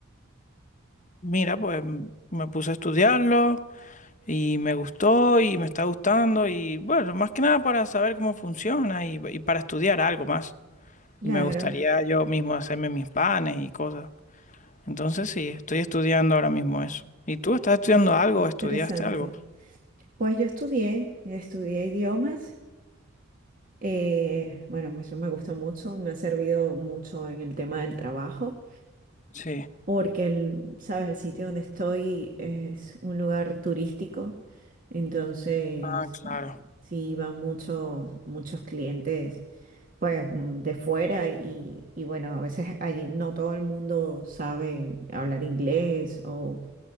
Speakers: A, on the left (about 35°); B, on the right (about 40°).
A: mira, pues m- me puse a estudiarlo y me gustó y me está gustando y bueno, más que nada para saber cómo funciona y, y para estudiar algo más.
B: claro,
A: Y me gustaría yo mismo hacerme mis panes y cosas. Entonces sí, estoy estudiando ahora mismo eso. ¿Y tú estás estudiando
B: qué,
A: algo?
B: qué interesante.
A: ¿Estudiaste algo?
B: Pues yo estudié, estudié idiomas. eh, bueno, eso me gusta mucho, me ha servido mucho en el tema del trabajo,
A: Sí.
B: porque el, sabes, el sitio donde estoy es un lugar turístico, entonces
A: Ah, claro,
B: sí van muchos, muchos clientes, pues mm, de fuera y, y bueno, a veces allí no todo el mundo sabe hablar inglés o